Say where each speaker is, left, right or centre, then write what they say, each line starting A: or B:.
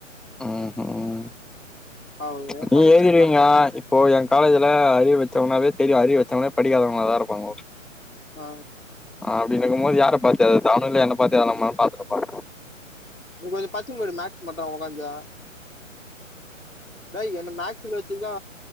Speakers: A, in the centre; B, on the left.
A: ம் ஹும்
B: அவரு
A: நீ
B: தப்பிச்சிட்டேன்டா
A: எழுதிடுவீங்கோ இப்போ எங்க காலேஜ்ல அறியர் வெச்சவனாவே தெரியு அறியர் வெச்சவனே படிக்காதவங்கள தா இருப்பாங்கோ
B: ஆ
A: அப்டினுக்கும் போது யார பாத்து எழற்து அவுனுங்களே என்ன பாத்த எழதலாமானு பாத்து இருப்பானுங்கோ
B: நீ கொஞ்சோ பச்சினு போயிடு மேக்ஸ் மட்டு உகாந்தா டேய் என்ன மேக்ஸ்ல வச்சுதா